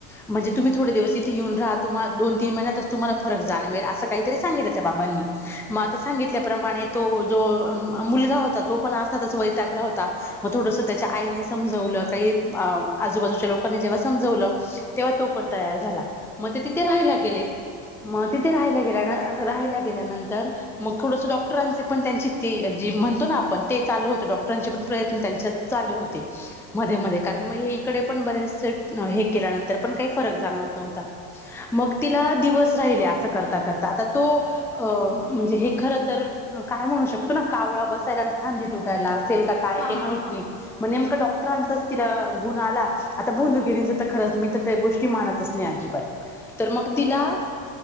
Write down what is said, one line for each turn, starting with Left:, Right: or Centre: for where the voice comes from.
Centre: म्हणजे तुम्ही थोडे दिवस इथे येऊन रहा दोन तीन महिन्यातच तुम्हाला फरक जाणावेल असा तो काहीतरी सांगितल त्या बाबांनी, मग आता सांगितल्याप्रमाणे तो जो अं मुलगा होता तो पण अर्थातच वैतागला होता. मग थोडंसं त्याच्या आईनी समजवलं काही अं आजूबाजूच्या लोकांनी जेव्हा समजवलं. तेव्हा तो पण तयार झाला. मग ते तिथे राहायला गेले, मग तिथे राहायला गेला ना रहायला गेल्यानंतर, मग थोडंसं डॉक्टरांचं पण त्यांची तेे जे म्हणतो ना आपण ते चालू होत डॉक्टरांचे पण प्रयत्न त्यांच्या चालू होते. मध्ये मध्ये कारण मग हे इकडे पण बरेचसे हे केल्यानंतर, पण काही फरक जाणवत नव्हता. मग तिला दिवस राहिले, अस करता करता. आता तो अं म्हणजे हे खर तर काय म्हणू शकतो ना, कावळा बसायला अन फांदी तुटायला. असेल का काय
Left: हा
Centre: ते माहित
Left: हा हा
Centre: नाही, मग नेमक डॉक्टरांचंच तिला गुण आला. आता भोंदूगिरीच तर खरंच मी तर त्या गोष्टी मानतच नाही अजिबात. तर मग
Left: हो
Centre: तिला